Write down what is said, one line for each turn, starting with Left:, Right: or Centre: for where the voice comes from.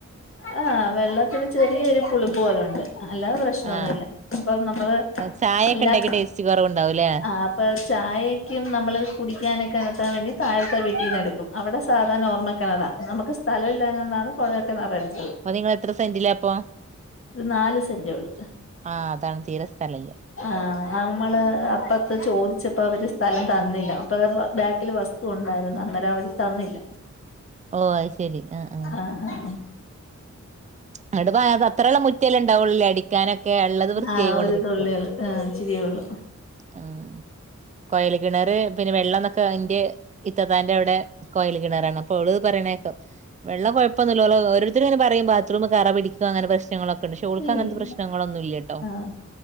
Left: ആ വെള്ളത്തിന് ചെറിയ ഒരു പുളിപ്പ് പോലുണ്ട് അല്ലാതെ പ്രശ്നൊന്നുല്ല
Right: ആ
Left: അപ്പൊ നമ്മള്
Right: ചായയൊക്കെ
Left: എല്ലാ
Right: ഉണ്ടാക്കി ടേസ്റ്റ് കുറവുണ്ടാവൂല്ലേ
Left: ആ അപ്പൊ ചായയ്ക്കും നമ്മൾ കുടിക്കാനൊക്കെ <unintelligible> വേണ്ടി താഴത്തെ വീട്ടീന്ന് എടുക്കും അവിടെ സാധാരണ നോർമ്മൽ കിണറാ നമുക്ക് സ്ഥലല്ലാഞൊണ്ടാണ് കുഴൽ കിണറടിച്ചത്
Right: അപ്പൊ നിങ്ങൾ എത്ര സെന്റിലാ ഇപ്പൊ
Left: ഇത് നാല് സെന്റേ ഉള്ളൂ
Right: ആ അതാണ് തീരെ സ്ഥലല്ല
Left: ആ നമ്മള് അപ്പത്തെ ചോദിച്ചപ്പോ അവര് സ്ഥലം തന്നില്ല അപ്പ ബാക്കില് വസ്തു ഉണ്ടായി രുന്നു അന്നേരം അവര് തന്നില്ല
Right: ഓ അയ്ശരി ആ ആ
Left: ആഹ് ആഹ്
Right: അ അഓണ്ട്പ്പോ അത്രയുള്ള മുറ്റല്ലെ ഉണ്ടാവുള്ളൂല്ലേ അടിക്കാനൊ ക്കെ ഉള്ളത് വൃത്തിയായി
Left: ആഹ്
Right: കൊണ്ട്
Left: ഒരു
Right: നിൽക്കും
Left: തുള്ളിയള് ആഹ് ഇച്ചിരിയേ ഉള്ളൂ
Right: ആ കൊയൽ കിണറി പിന്നെ വെള്ളം ന്നൊക്കെ ന്റെ ഇത്തത്താന്റെ അവിടെ കോയൽ കിണറാണ് അപ്പൊ ഓള് പറയണേക്കാ വെള്ളം കുഴപ്പന്നുല്ല ഓരരുത്തരു ങ്ങനെ പറയും ബാത്റൂം കറ പിടിക്കും അങ്ങന പ്രശ്നം പ്രശ്നങ്ങളൊക്കെ ഇണ്ട് പക്ഷേ ഓൾക്ക്
Left: ഇല്ലില്ല
Right: അങ്ങനത്തെ പ്രശ്നങ്ങളൊന്നും ഇല്ലട്ടോ
Left: ആഹ്